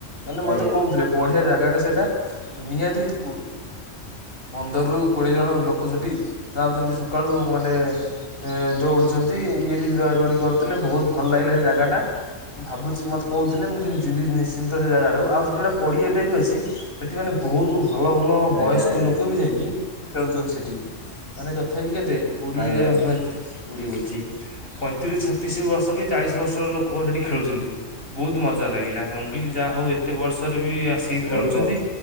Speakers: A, on the left; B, on the right.
A: ଏନେ ମୋତେ
B: ଆଜ୍ଞା
A: କହୁଥିଲେ ବଢିଆ ଜାଗାଟା ସେଇଟା ନିହାତି ଦିକୁ ପନ୍ଦରରୁ, କୋଡିଏ ଜଣ ଲୋକ ସେଠି ଯାଉଚନ୍ତି ସକାଳୁ ମାନେ ଏ ଦୌଡ଼ୁଚନ୍ତି ଇଏ ବି ସେ ଦୌଡ଼ା ଦୌଡ଼ି କରୁଥିଲେ ବହୁତ ଭଲ ଲାଗିଲା ସେ ଜାଗାଟା। ମୁଁ ଭାବୁଛି ମୋତେ କହୁଥିଲେ ମୁଁ କିନ୍ତୁ ଯିବି ନିଶ୍ଚିନ୍ତ ସେ ଜାଗା ଟାକୁ। ଆଉ ସେଠି ଗୋଟେ ପଡିଆ ଟେ ବି ଅଛି। ସେ ସେଠ ମାନେ ବହୁତ ଭଲ ଭଲ
B: ଆଜ୍ଞା
A: ବୟସ୍କ
B: ଆଜ୍ଞା
A: ଲୋକ ବି ଯାଇକି ଖେଳୁଛନ୍ତି ସେଠି, ମାନେ ତଥାପି କେତେ କୋଡିଏ
B: ଆଜ୍ଞା
A: ମେଥ୍ କୋଡିଏ କହୁଚି ପଇଁତିରିଶ, ଛତିଶ ବର୍ଷ କି ଚାଳିଶ ବର୍ଷର ଲୋକ ସେଠି ଖେଳୁଛନ୍ତି। ବହୁତ ମଜା ଲାଗିଲା, ହଁ ମୁଁ କହିଲି ଯାହା ହଉ ଏତେ ବର୍ଷରେ ବି ଆସ କି
B: ବହୁତ
A: ଖେଳୁଛନ୍ତି,
B: ବହୁତ